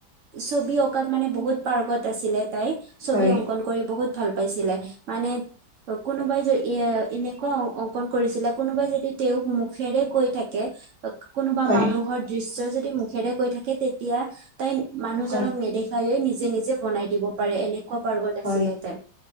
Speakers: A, on the right; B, on the right.
A: ছবি অঁকাত মানে বহুত পাৰ্গত আছিলে তাই ছবি
B: হয়,
A: অংকন কৰি বহুত ভাল পাইছিলে মানে কোনোবাই যে এ এনেকুৱা অ অংকন কৰিছিলে কোনোবাই যদি তেওঁক মুখেৰে কৈ থাকে কোনোবা
B: হয়, হয়,
A: মানুহৰ দৃশ্য যদি মুখেৰে কৈ থাকে তেতিয়া তাই মানুহজনক
B: হয়।
A: নেদেখে তাই নিজে নিজে বনাই দিব পাৰে এনেকুৱা পাৰ্গত
B: হয়,
A: আছিলে তাই